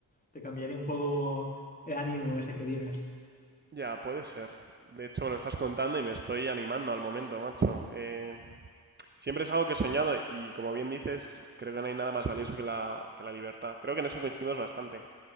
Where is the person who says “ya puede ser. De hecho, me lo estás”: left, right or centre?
Right